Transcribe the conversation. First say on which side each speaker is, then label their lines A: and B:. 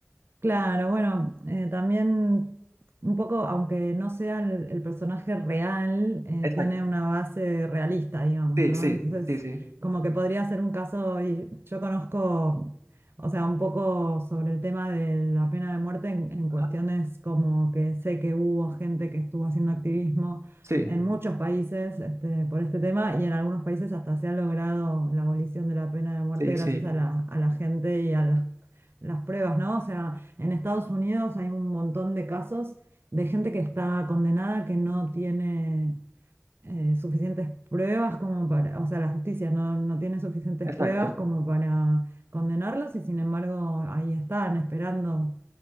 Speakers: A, on the right; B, on the right.
A: Claro, bueno, eh, también un poco, aunque no sea el, el personaje real, eh,
B: exacto.
A: tiene una base realista, digamos,
B: Sí,
A: ¿no?
B: sí,
A: Entonces,
B: sí, sí.
A: como que podría ser un caso, y yo conozco, o sea, un poco sobre el tema de la pena de muerte en, en
B: Ajá.
A: cuestiones como que sé que hubo gente que estuvo haciendo activismo
B: Sí,
A: en muchos países, este, por este tema, y en algunos países hasta se ha logrado la abolición de la pena de muerte
B: sí,
A: gracias
B: sí,
A: a la, a la gente y a las las pruebas, ¿no? O sea, en Estados Unidos hay un montón de casos de gente que está condenada que no tiene eh, suficientes pruebas como para, o sea, la justicia no, no tiene suficientes
B: exacto.
A: pruebas como para condenarlos y sin embargo ahí están esperando